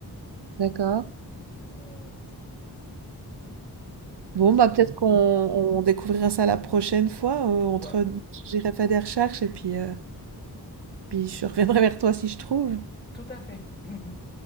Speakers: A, on the right (about 80°); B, on the left (about 25°).
A: D'accord.
B: Mais comme
A: Bon,
B: ça.
A: bah peut-être qu'on on découvrira ça la prochaine fois. euh, entre,
B: Ouais.
A: j'irai faire des recherches et puis, euh, puis je reviendrai vers toi si je trouve.
B: Tout à fait. <laughs>